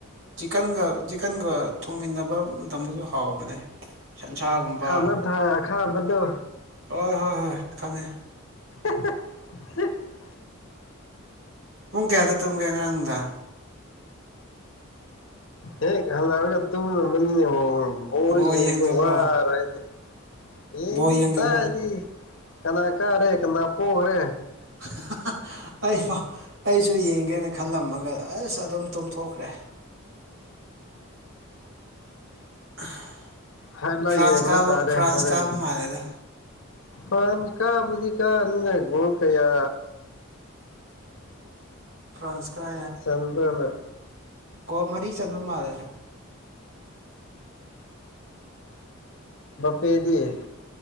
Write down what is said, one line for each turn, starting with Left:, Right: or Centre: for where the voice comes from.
Right: ꯆ ꯆ ꯊꯣꯡꯃꯤꯟꯅꯕ ꯃꯇꯝꯗꯁꯨ ꯍꯥꯎꯕꯅꯦ ꯁꯟꯁꯥꯒꯨꯝꯕ
Left: ꯈꯥꯅ ꯊꯥꯏ ꯑꯈꯥꯕꯗꯣ
Right: ꯍꯣꯏ ꯍꯣꯏ ꯍꯣꯏ ꯈꯪꯉꯦ
Left: <unintelligible>
Right: ꯄꯨꯡ ꯀꯌꯥꯗ ꯇꯨꯡꯝꯒꯦ ꯉꯔꯥꯡꯗ
Left: ꯍꯦꯛ ꯍꯜꯂꯛꯑꯒ ꯇꯨꯝꯕꯅꯤꯅꯦ ꯍ ꯕꯣꯏ
Right: ꯕꯣꯜ
Left: ꯌꯦꯡꯕ
Right: ꯌꯦꯡꯗꯕ꯭ꯔꯣ
Left: ꯋꯥꯔꯣꯏꯅꯤ ꯏꯅꯤ
Right: ꯕꯣꯜ ꯌꯦꯡꯗꯕ꯭ꯔꯣ
Left: ꯀꯗꯥꯗꯤ ꯀꯅꯥ ꯀꯔꯦ ꯀꯅꯥ ꯐꯣꯒ ꯔꯦ
Right: <unintelligible> ꯑꯩ ꯑꯩꯁꯨ ꯌꯦꯡꯒꯦꯅ ꯈꯜꯂꯝꯃꯒ ꯑꯁ ꯑꯗꯨꯝ ꯇꯨꯝꯝꯊꯣꯛꯈ꯭ꯔꯦ <unintelligible>
Left: ꯍꯥꯏ ꯂꯥꯛ
Right: ꯐ꯭ꯔꯥꯟꯁ
Left: ꯌꯦꯡꯕ
Right: ꯀꯥꯕ
Left: ꯇꯥꯔꯦ
Right: ꯐ꯭ꯔꯥꯟꯁ
Left: ꯍꯣꯔꯦꯟ
Right: ꯀꯥꯕ ꯃꯥꯜꯂꯦꯗ
Left: ꯐꯥꯟꯁ ꯀꯥꯕꯨꯗꯤ ꯀꯥ ꯅꯒꯣ ꯀꯌꯥ
Right: ꯐ꯭ꯔꯥꯟꯁꯀꯥꯔ
Left: ꯆꯒ꯭ꯔꯃ
Right: ꯀꯣ ꯃꯔꯤ ꯆꯟꯕ ꯃꯥꯜꯂꯦ
Left: ꯄꯦꯗꯤꯑꯌꯦ